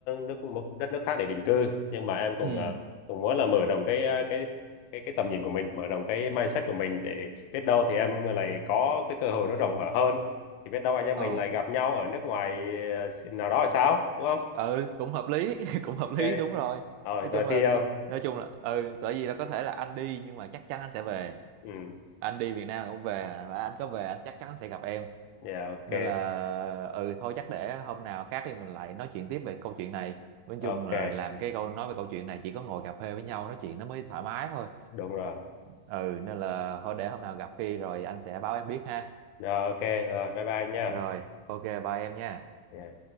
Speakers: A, on the left (about 80°); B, on the right (about 80°).
A: nước một đất nước khác để định cư nhưng mà em cũng
B: ừ
A: à, cũng muốn là mở rộng cái ờ, cái cái cái tầm nhìn của mình mở rộng cái mindset của mình để biết đâu thì em lại có cái cơ hội nó rộng mở hơn thì biết đâu anh em
B: ồ
A: mình lại gặp nhau ở nước ngoài ờ, nào đó là sao đúng không
B: ừ cũng hợp lý <laughs> cũng hợp
A: ok
B: lý đúng rồi
A: rồi
B: nói
A: rồi
B: chung là
A: thì ờ,
B: có- nói chung là ừ bởi vì là có thể là anh đi nhưng mà chắc chắn anh sẽ về
A: ừ
B: anh đi Việt Nam cũng về mà anh có về anh chắc chắn sẽ gặp em
A: yeah ok
B: nên là ừ thôi chắc để hôm nào khác thì mình lại nói chuyện tiếp về câu chuyện này nói
A: ok
B: chung là làm cái câu nói về câu chuyện này chỉ có ngồi cà phê với nhau nói chuyện nó mới thoải mái thôi
A: đúng rồi
B: ừ nên là thôi để hôm nào gặp khi rồi anh sẽ báo em biết ha
A: rồi ok rồi bye bye nha
B: rồi ok bye em nha
A: Yeah.